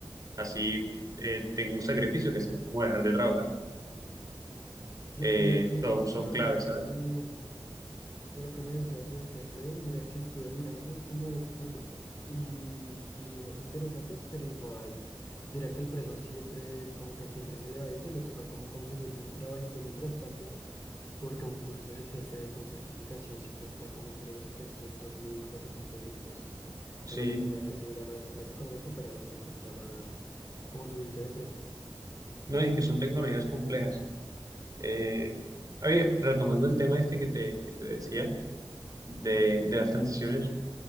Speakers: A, on the right; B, on the left.
A: así eh, tengo un sacrificio que será como dejar de trabajar,
B: Sí,
A: eh,
B: mira que,
A: son, son
B: que hablando
A: claves, ¿sabes?
B: de... De lo que me decías del CFD, mira que estuve mirando como cursos y, y vi unos interesantes, pero igual, mira que el precio siempre, como que siempre se le va y te me toca como conseguirme un trabajito mientras tanto, porque un curso de CFD con certificación siempre está como entre los trescientos mil, cuatrocientos mil pesos.
A: Sí,
B: O sea, yo pensaba que eso era más, más económico, pero no, siempre está más como subidito de precio.
A: no, y es que son tecnologías complejas. Eh, oye, retomando el tema este que te, que te decía de, de las transiciones,